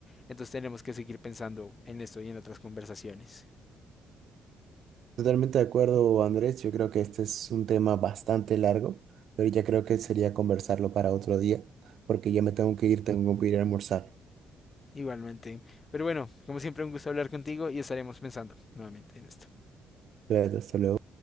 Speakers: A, on the left (about 30°); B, on the right (about 65°).
A: Entonces tenemos que seguir pensando en esto y en otras conversaciones.
B: Totalmente de acuerdo, Andrés. Yo creo que este es un tema bastante largo, pero ya creo que sería conversarlo para otro día, porque ya me tengo que ir, tengo que ir a almorzar.
A: Igualmente. Pero bueno, como siempre, un gusto hablar contigo y estaremos pensando nuevamente en esto.
B: Claro, hasta luego.